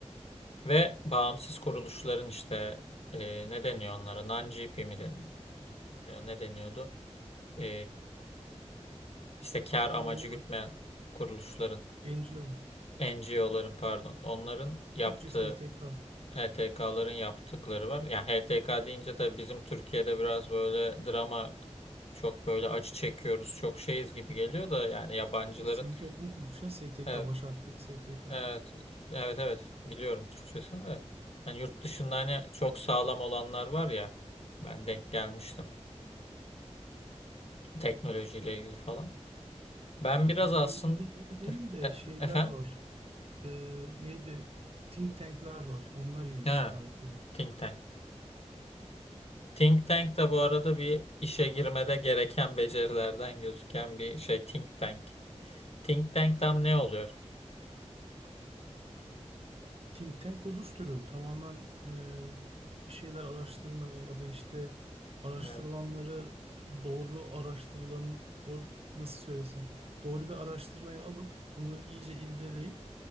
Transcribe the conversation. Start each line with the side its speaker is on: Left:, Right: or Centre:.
Left: Ve bağımsız kuruluşların işte e, ne deniyor onlara? Non-GP mi deniyor? Ne deniyordu? E, işte kar amacı
Right: Tam olarak
Left: gütmeyen kuruluşların,
Right: NGO.
Left: NGO'ların pardon, onların yaptığı
Right: Türkçe STK.
Left: HTK'ların yaptıkları var. Yani HTK deyince tabii bizim Türkiye'de biraz böyle drama çok böyle acı çekiyoruz, çok şeyiz gibi geliyor da yani yabancıların
Right: Bu Sivil toplum kuruluşu ya, STK
Left: evet,
Right: baş harfleri STK.
Left: Evet, evet, evet. Biliyorum Türkçesini de. Yani yurt dışında hani çok sağlam olanlar var ya. Ben denk gelmiştim. Teknolojiyle
Right: Tamam.
Left: ilgili falan. Ben
Right: Ya
Left: biraz
Right: teknolojiyle
Left: aslında
Right: ilgili değil de
Left: e- e-
Right: şeyler
Left: efendim?
Right: var. Ee, neydi? Think tank'ler var. Onlar iyi
Left: Ha,
Right: çıkartıyor.
Left: Think Tank. Think Tank da bu arada bir işe girmede gereken becerilerden gözüken bir şey. Think Tank. Think Tank tam ne oluyor?
Right: Think tank kuruluş türü tamamen e, bir şeyler araştırmaya ya da işte araştırılanları
Left: Evet.
Right: doğru araştırılan doğru, nasıl söylesem doğru bir araştırmayı alıp bunu iyice irdeleyip